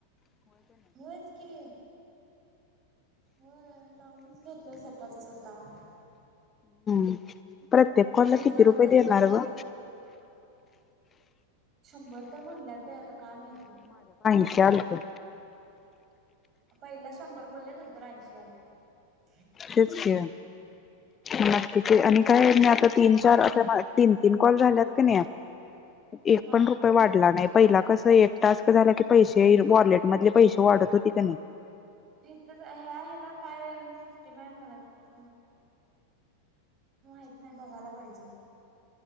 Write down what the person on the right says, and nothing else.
होयच कि होय लावूनच घेतलंय स्वतःच स्वतः त्ता
हेज
त्याज
हे शंभर तर म्हणल्यात अभे आता काय माहिती?
पहिला शंभर बोलले नंतर ऐंशी आलतं
काय म्हण
हा
हे इथंच हाय ह्या ह्याला काय सिस्टीम आहे म्हणत माहित नाही बघायला पाहिजे.